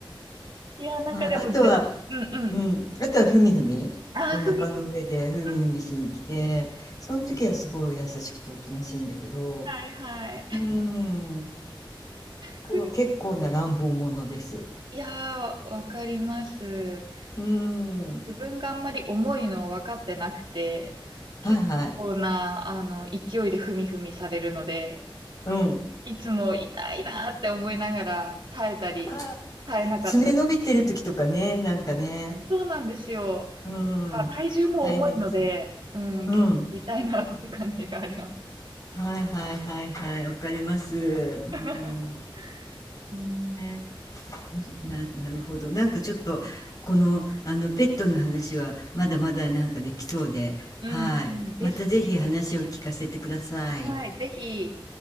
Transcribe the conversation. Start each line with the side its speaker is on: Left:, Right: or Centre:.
Right: いや、なんかでも、
Left: はい、あとは
Right: ぜうんうん。
Left: うん、あとはふみふみ、
Right: あ、
Left: お腹の上でふみふみしに来て、
Right: ふみ、うん、
Left: その時はすごい優しくておとなしいんだけど、
Right: はいはい。
Left: うーん、こう、
Right: ふみ、
Left: 結構な乱暴者です。
Right: いやー、わかります。
Left: うーん。
Right: 自分があんまり重いの分かってなくて、
Left: はいはい。
Right: 結構な、あの、勢いでふみふみされるので、
Left: うん。
Right: いつも痛いなーって思いながら耐えたり、
Left: あ、
Right: 耐えなかったり。
Left: 爪伸びてる時とかね、なんかね、
Right: そうなんですよ。
Left: うーん、
Right: か体重も重いので、
Left: 大変ですね。
Right: うん、
Left: うん。
Right: 結構痛いなって感じがあります。
Left: はいはいはいはい、わかります。うん、
Right: <laughs>
Left: ね
Right: うん、
Left: え。な、なるほど。なんかちょっと、この、あの、ペットの話は、まだまだなんかできそうで、
Right: うん、
Left: はい。
Right: うんですね。
Left: またぜひ話を聞かせてください。
Right: はい、
Left: い。
Right: ぜひ。